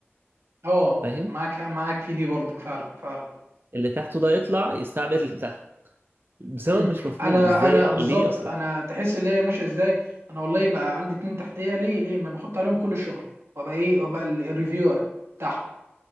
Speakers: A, on the right (about 80°); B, on the right (about 55°).
A: اه
B: فاهم
A: معاك معاك في دي برضك فعلا فعلا
B: اللي تحته ده يطلع يستعبد اللي تحته بسبب
A: امم
B: مش مفهوم
A: انا
B: ازاي
A: انا بالظبط
B: ليه اصلا
A: انا تحس اللي هي ماشيه ازاي انا والله يبقى عندي اتنين تحتيه ليه ليه ما نحط عليهم كل الشغل وابقى ايه وابقى ال- الريفيور بتاعهم